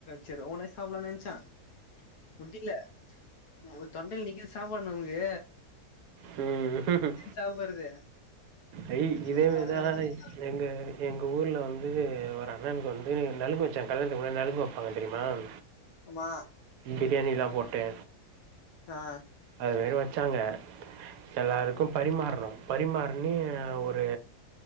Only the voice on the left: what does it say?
செரி உன சாப்பலாம்னு நெனைச்சா முடில ஆ தொண்டைல நிக்கிது சாப்பாடு நமக்கு
சாப்புறது
சரி செட்
ஆகாதுனு
நெனச்சுட்டு
ஆமா
ஆ